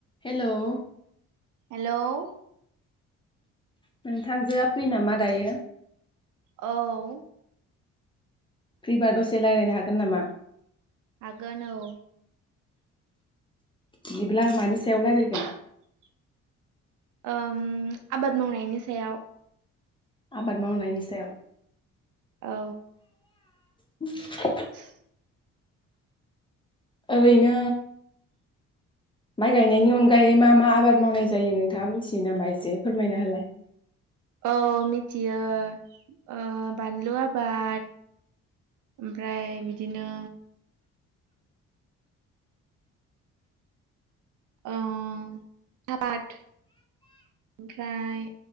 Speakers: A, on the left; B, on the right.
A: हेल'?
B: हेल'?
A: नोंथांजोआ फै नामा दायो?
B: औ।
A: फ्रिबार दसे रायज्लायनो हागोन नामा?
B: हागोन औ।
A: बिदिब्ला मानि सायाव रायलायगोन?
B: <inaudible> ओम आबाद मावनायनि सायाव।
A: आबाद मावनायनि सायाव?
B: औ
A: <unintelligible>
B: <inaudible>
A: ओरैनो माइ गायनायनि अनगायै मा मा आबाद मावनाय जायो नोंथाङा मिथियो नामा एसे फोरमायना होलाय
B: औ मिथियो ओ बानलु आबाद। ओमफ्राय बिदिनो ओ ओ साफाद ओमफ्राय